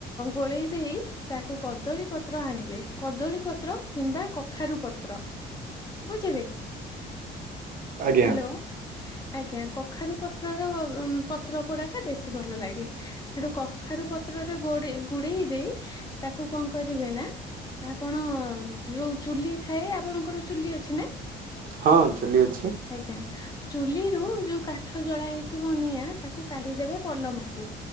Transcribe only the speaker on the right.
ଆଜ୍ଞା
ହଁ ଚୁଲି ଅଛି।